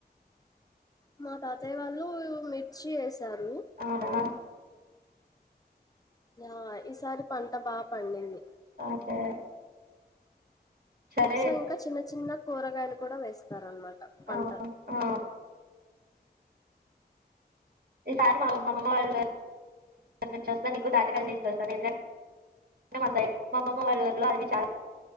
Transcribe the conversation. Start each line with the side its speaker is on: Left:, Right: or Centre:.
Left: మా తాతయ్య వాళ్ళు మిర్చి వేసారు.
Right: అవునా
Left: ఆహ్ ఈసారి పంట బాగా పండింది.
Right: ఓకే. సరే
Left: సో ఇంకా చిన్న చిన్న కూరగాయలు కూడా వేస్తారనమాట పంటలు.
Right: ఆ, ఆ. ఈసారి మా అమ్మమ్మ వాళ్ల ఉర్ నుంచి వస్తే నీకు తాటికల్లు తీసుకొస్తాను ఇద్దర్. మా సైడ్. మా అమ్మమ్మ వాళ్ళ ఊరిలో అవి చాలా